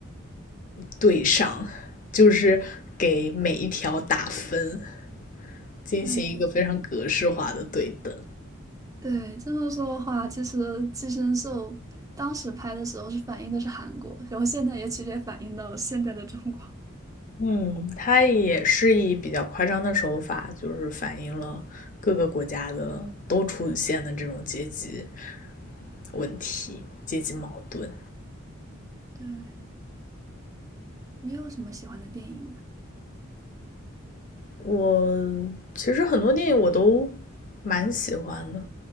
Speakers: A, on the left (about 40°); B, on the right (about 15°).
A: 对上，就是给每一条打分，进行一个非常格式化的对等。
B: 对，对，这么说的话，其实《寄生兽》当时拍的时候是反映的是韩国，然后现在也其实也反映到现在的中国。
A: 嗯，它也是以比较夸张的手法，就是反映了各个国家的都出现的这种阶级问题、阶级矛盾。
B: 对，你有什么喜欢的电影吗？
A: 我其实很多电影我都蛮喜欢的。